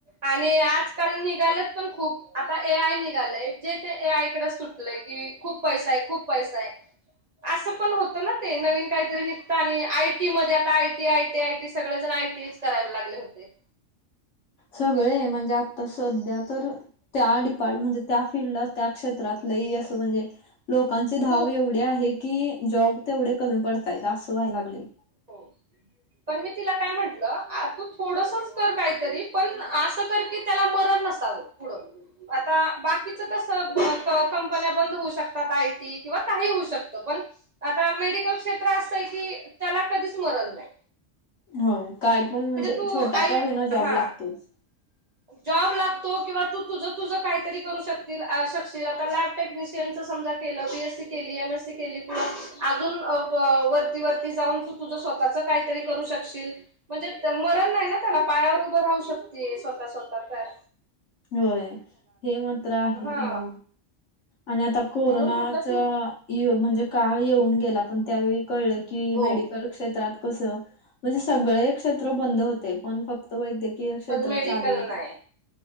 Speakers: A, on the right; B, on the left.
A: आणि आजकाल निघालत पण खूप आता ए आय निघालय जे ते ए आय कडे सुट म्हटल की खूप पैसा आहे, खूप पैसा आहे. असं पण होतं ना ते नवीन काहीतरी निघता आणि आय टी मध्ये आता I T, I T, I T सगळेजण आटी करायला लागले होते.
B: सगळे म्हणजे आता सध्या तर त्या डिपार्ट म्हणजे त्या फिल्डला त्या क्षेत्रात लई असं म्हणजे लोकांचे धाव
A: खूप
B: एवढे आहे की जॉब तेवढे कमी पडतायेत असं व्हायला लागले.
A: हो. पण मी तिला काय म्हंटलं तू थोडस कर काहीतरी पण असं कर की त्याला मरण नसत. चांगल पुढ हो <unintelligible> आता बाकीच कस कंपन्या बंद होऊ शकतात किंवा काही होऊ शकत पण आता मेडिकल क्षेत्र असय की त्याला कधीच मरण नाही.
B: होय काय पण म्हणजे
A: तू
B: छोटा
A: आई
B: का होईना जॉब
A: हा
B: लागतोच.
A: <inaudible> जॉब लागतो किंवा तुझ, तुझ काहीतरी करू शकते शकशील आता लॅब टेक्न पी एम च समजा केलं पी एस सी केली, एम एस सी केली पुढ अजून वरती, वरती जाऊन तू तुझ स्वतःच काहीतरी करू शकशील. म्हणजे मरण नाही ना त्याला पायावर उभं राहू शकते स्वतः, स्वतःच्या.
B: होय, हे मात्र आहे,
A: हा
B: हो. आणि आता कोरोनाच
A: म्हणून म्हटलं की
B: येऊ म्हणजे काळ येऊन गेला पण त्यावेळी कळलं की
A: हो
B: मेडिकल क्षेत्रात कस म्हणजे सगळे क्षेत्र बंद होते पण फक्त वैद्यकीय क्षेत्र
A: पण मेडिकल
B: चालू होता.
A: नाही